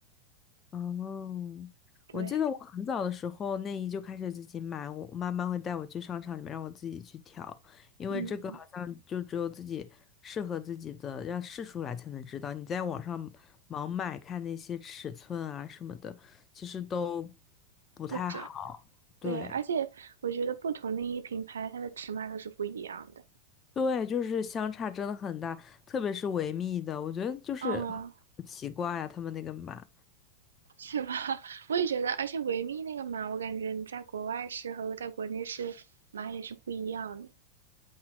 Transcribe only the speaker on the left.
哦，
我记得我很早的时候内衣就开始自己买，我妈妈会带我去商场里面让我自己去挑，因为这个好像就只有自己适合自己的，
要试出来才能知道。你在网上盲买看那些尺寸啊什么的，其实都不太好。
对
对，就是相差真的很大，特别是维密的，我觉得就是好奇怪呀、
他们那个码。